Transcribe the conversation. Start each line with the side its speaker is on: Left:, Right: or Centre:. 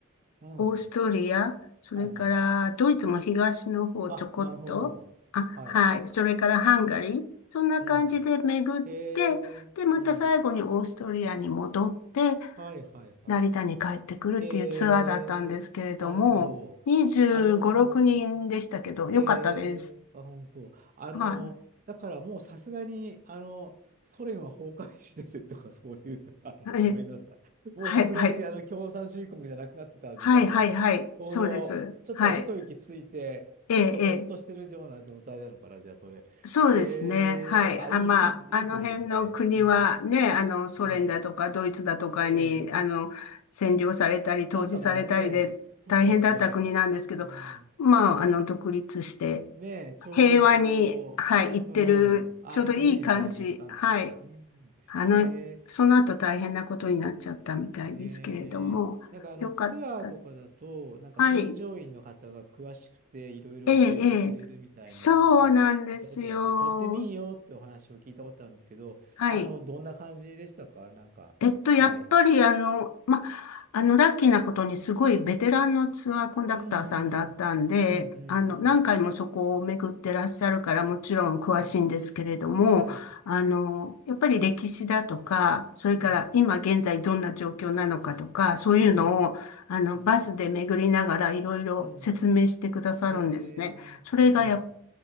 Right: うん。
Left: オーストリア、それからドイツも東の方ちょこっと、
Right: はい、はい、はい。あ、なるほど。
Left: あ、
Right: はい。
Left: はい、それからハンガリー、そんな感じで巡って、
Right: うん。へえ、
Left: で、また最後にオーストリアに戻って、
Right: うん。はい、はい、はい。
Left: 成田に帰ってくるっていうツアーだったんですけれども、
Right: えー、なるほど。
Left: 25、
Right: あの
Left: 6人でしたけど、よかったです。
Right: ー、えー、あ、本当。あのー、
Left: はい。
Right: だからもうさすがに、あの、ソ連は崩壊しててとか、<laughs> そういう、あの、
Left: え、
Right: ごめんなさい。もうさすがに、
Left: はい、はい。
Right: あの、共産主義国じゃなくなってた時代で、
Left: はい、はい、はい。
Right: ちょうど、
Left: そうです。
Right: ちょっと一息ついて、
Left: はい。ええ、
Right: ちょっとほっとしてるような状態なのかな、
Left: ええ。
Right: じゃあ、それ。
Left: そうですね。
Right: えー、
Left: はい。
Right: あ、
Left: あ、
Right: いい、
Left: まあ、
Right: いい、
Left: あの辺の国はね、
Right: いい時ですね。うん。
Left: あの、ソ連だとかドイツだとかに、
Right: ねえ。ね
Left: あの、占領されたり、統治されたりで大変だった国なんですけど、
Right: だったからね、そうだよね。うん。
Left: まあ、あの、独立して、
Right: ねえ、ちょうどこう、
Left: 平和に、はい、行ってる、
Right: うん。あ、
Left: ちょうどいい感じ。
Right: じゃあいい時代に行ったんですね。
Left: はい。
Right: うん。
Left: あの、
Right: へえ、
Left: その後大変なことになっちゃったみたいですけれども、
Right: ねえ。なんかあのツアーとかだと、
Left: よかった。
Right: なんか添乗員の方が詳しくていろいろ教えてくれるみたいなあのを聞いたことがあって、
Left: はい。ええ、ええ。そうなんですよ。
Right: とってもいいよってお話を聞いたことあるんですけど、
Left: はい。
Right: あの、どんな感じでしたかなんか、
Left: えっと、やっぱりあの、
Right: はい。
Left: ま、あの、ラッキーなことにすごいベテランのツアーコンダクターさんだったんで、
Right: うんうんうん。うんうんうんうん。
Left: あの、何回もそこを巡ってらっしゃるからもちろん詳しいんですけれども、
Right: はい。はい。
Left: あの、やっぱり歴史だとか、それから今現在どんな状況なのかとか、
Right: うん。
Left: そういうのを、
Right: うん、
Left: あの、
Right: うん、
Left: バスで巡りながらいろいろ説明してくださるんですね。
Right: うん。ええ、
Left: それがやっ
Right: うん。